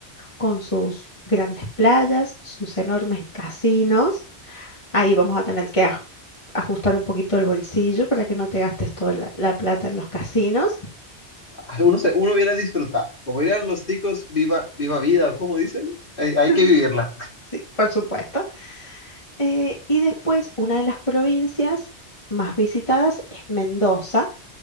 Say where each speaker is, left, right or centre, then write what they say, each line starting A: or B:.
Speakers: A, on the left; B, on the left.
A: con sus grandes playas, sus enormes casinos. Ahí vamos a tener que aj- ajustar un poquito el bolsillo para que no te gastes toda la, la plata en los casinos.
B: Ah, Uno, se, uno viene a disfrutar. Como dirían los ticos, viva, viva vida, ¿cómo dicen? Hay, hay
A: <laughs>
B: que vivirla.
A: Sí, por supuesto. Eh, y después, una de las provincias más visitadas es Mendoza,